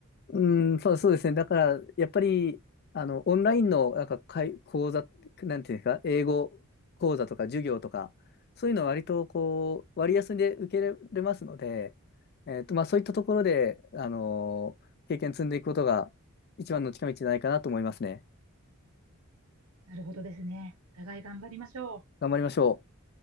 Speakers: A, on the left; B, on the right.
A: うん、そう、そうですね。だから、やっぱり、あの、オンラインの、なんか、かい、講座、なんていうんですか、英語講座とか授業とか、そういうのは割と、こう、割安で受けれますので、えっと、まあ、そういったところで、あの、経験積んでいくことが、一番の近道じゃないかなと思いますね。
B: なるほどですね。お互い頑張りましょう。
A: 頑張りましょう。